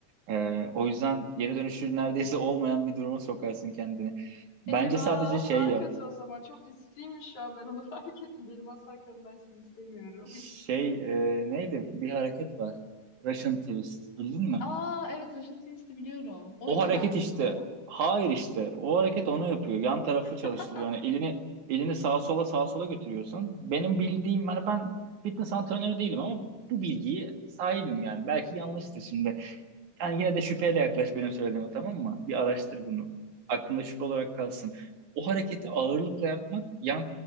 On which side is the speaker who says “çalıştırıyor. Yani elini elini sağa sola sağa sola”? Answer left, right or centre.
Right